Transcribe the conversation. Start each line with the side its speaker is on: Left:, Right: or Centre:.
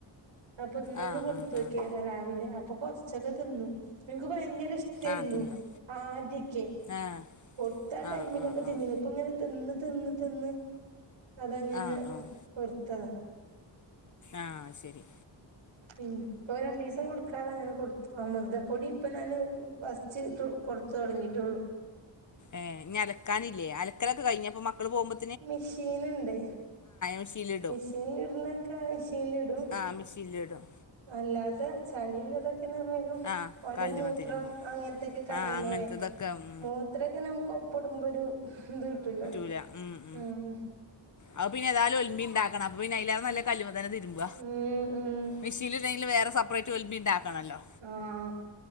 Right: അപ്പൊ ഇന്നൊന്ന്
Left: ആഹ്
Right: കൊട്ത്തോ
Left: ആഹ് ആഹ്
Right: ക്ക്യേത രാവിലെ അപ്പൊ കൊർച്ചൊക്ക തിന്നു. ഇൻക്ക് ഭയങ്കര ഇഷ്ടെരുന്നു
Left: ആഹ് തിന്ന്
Right: ആദ്യൊക്കെ.
Left: ആഹ്
Right: കൊട്ത്ത ആ ടൈമിലൊക്കെ
Left: ആഹ് ആഹ്
Right: തിന്നീന്നു
Left: ആഹ്
Right: ഇപ്പൊ ഇങ്ങനെ തിന്ന് തിന്ന് തിന്ന്. അതങ്ങനെ
Left: ആഹ് ആഹ്
Right: വെർത്തത.
Left: ആഹ് ശരി
Right: പി ഇപ്പൊ രണ്ടീസം കൊട്ക്കാതെ അങ്ങന കൊട്ത്തു അമൃതപ്പൊടി ഇപ്പൊ നാന് ഫസ്റ്റ് കൊട്ത്ത് തൊടങ്ങീട്ടൊള്ളു.
Left: ഏഹ് ഇഞ്ഞി അലക്കാനില്ലെ അലക്കലൊക്കെ കഴിഞൊപ മക്കള് പോവുമ്പ
Right: മിഷീന് ഇണ്ട്.
Left: മെഷീനിലിടും
Right: മിഷീനിൽ ഇടുന്നൊക്ക മിഷീനിലിടും
Left: ആഹ് മെഷീനിലിടും
Right: അല്ലാത്ത ചളിള്ളതൊ പിന്നെ വേഗം
Left: ആഹ്
Right: ഓന്റെ
Left: കല്ലുമ്മെ
Right: മൂത്രം
Left: തിരുമ്പും
Right: അങ്ങൻത്തൊക്കെ കല്ല്മ്മെ
Left: ആഹ് അങ്ങനത്തതൊക്കെ
Right: വേ
Left: ഉം
Right: മൂ ഇത്രക്കേ നമുക്ക് ഒപ്പടുമ്പോരു ഇത് കിട്ടൂലല്ലോ
Left: കിട്ടൂല ഉം ഉം
Right: ആഹ്
Left: അത് പിന്നെ ഏതായാലും ഒലുമ്പി ഇണ്ടാക്കണം അപ്പൊ പിന്നെ അയിലാറെ നല്ലത് കല്ലുമ്മതന്നെ തിര്മ്പ
Right: ഉം ഉം
Left: മെഷീനിൽ ഇടണെങ്കില് വേറെ സെപ്പറേറ്റ് ഒല്മ്പി ഇണ്ടാക്കണല്ലോ
Right: ആഹ്